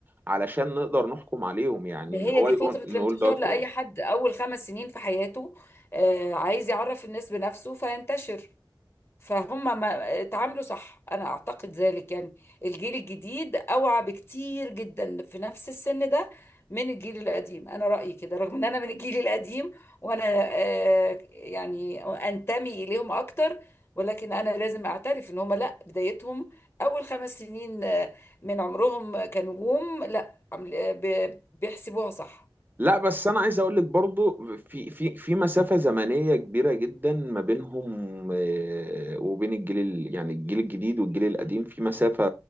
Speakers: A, on the right; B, on the left.
A: علشان نقدر نحكم عليهم يعني
B: هي
A: ان هو
B: دي
A: يقول
B: فتره
A: نقول
B: الانتشار
A: ده تراث
B: لاي حد اول خمس سنين في حياته آه، عايز يعرف الناس بنفسه فينتشر فهم ما اتعاملوا صح انا اعتقد ذلك يعني الجيل الجديد اوعى بكتير جدا في نفس السن ده من الجيل القديم انا رأيي كده رغم ان انا من الجيل القديم وانا آه، يعني انتمي اليهم اكتر ولكن انا لازم اعترف ان هم لا بدايتهم اول خمس سنين آه، من عمرهم كنجوم لا عمل- آه، ب- بيحسبوها صح
A: لا بس انا عايز اقول لك برضو في في في مسافة زمنية كبيرة جدا ما بينهم آه، وبين الجيل ال- يعني الجيل الجديد والجيل القديم في مسافة